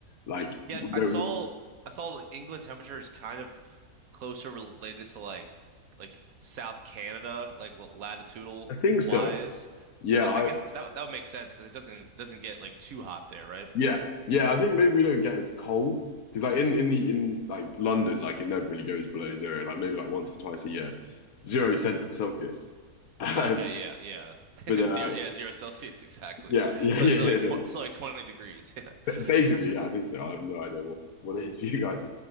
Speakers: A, on the left; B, on the right.
A: Like
B: Yeah,
A: we don't.
B: I saw I saw like England temperature is kind of closer related to like like South Canada, like what latitudinal
A: I think so.
B: wise.
A: Yeah,
B: Th- th-
A: I,
B: I guess that that would make sense because it doesn't it doesn't get like too hot there, right?
A: Yeah, yeah. I think maybe we don't get as cold because, like, in in the in like London, like it never really goes below zero. Like maybe like once or twice a year, zero cent for Celsius. <laughs> Um,
B: Okay, yeah, yeah,
A: but uh,
B: <laughs> zero, yeah, zero Celsius <laughs> exactly.
A: yeah, <laughs> yeah,
B: So
A: yeah,
B: so
A: yeah.
B: like tw
A: No.
B: so like twenty degrees, yeah,
A: Ba- Basically,
B: <laughs>
A: yeah, I think so. I have no idea what what it is for you guys.